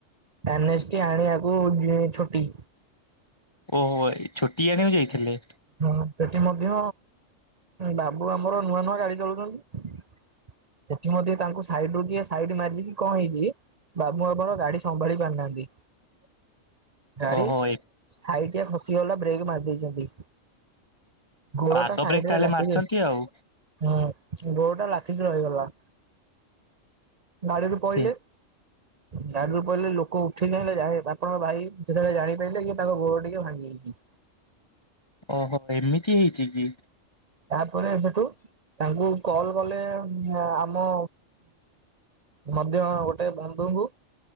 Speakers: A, on the right; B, on the left.
A: ଏନଷ୍ଟି ଆଣିବାକୁ ଯିଏ ଛୁଟି।
B: ଓହୋ ଏ ଛୁଟି ଆଣିବାକୁ ଯାଇଥିଲେ।
A: ହଁ ସେଟି ମଧ୍ୟ ବାବୁ ଆମର ନୂଆ ନୂଆ ଗାଡି ଚଲଉଚନ୍ତି। ସେଠି ମଧ୍ୟ ତାଙ୍କୁ ସାଇଟିରୁ କିଏ ସାଇଟି ମାର୍ଚ୍ଚି କି କଁ ହେଇଚି ବାବୁ ଆମର ଗାଡି ସମ୍ଭାଳି ପାରିନାହାନ୍ତି।
B: <inaudible>
A: ଗାଡି
B: ଏ
A: ସାଇଟି ଆ ଖସିଗଲା ବ୍ରେକ୍ ମାରି ଦେଇଚନ୍ତି। ଘୋଳ
B: ଆଗ
A: ଟା ସାଇଟିରେ
B: ବ୍ରେକ୍ ତାହେଲେ
A: ଲାଖି
B: ମାରିଛନ୍ତି
A: କି ଅ
B: ଆଉ।
A: ହଁ ଗୋଡ ଟା ଲାଖିକି ରହିଗଲା। ଗାଡ଼ିରୁ ପଇଲେ।
B: ସେ
A: ଚାରରୁ ପଇଲେ ଲୋକ ଉଠେଇ ନେଲେ ଯା ବାପା ଭାଇ ଭାଇ ଯେତେବେଳେ ଜାଣିପାରିଲେ କି ତାଙ୍କ ଗୋଡ ଟିକେ ଭାଙ୍ଗି ଯାଇଛି।
B: ଓହୋ ଏମିତି ହେଇଛି କି।
A: ତାପରେ ସେଠୁ ତାଙ୍କୁ କଲ୍ କଲେ ଆମ ମଧ୍ୟ ଗୋଟେ ବନ୍ଧୁଙ୍କୁ।